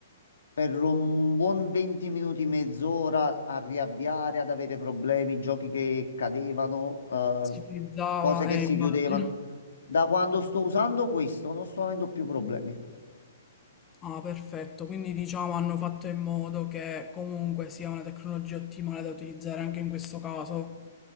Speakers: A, on the left; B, on the left.
A: per un buon 20 minuti, mezz'ora a riavviare, ad avere problemi, giochi che cadevano, eh,
B: Si utilizzava,
A: cose che
B: eh,
A: si
B: immagino.
A: chiudevano. Da quando sto usando questo non sto avendo più problemi.
B: Ah, perfetto. Quindi diciamo hanno fatto in modo che comunque sia una tecnologia ottimale da utilizzare anche in questo caso.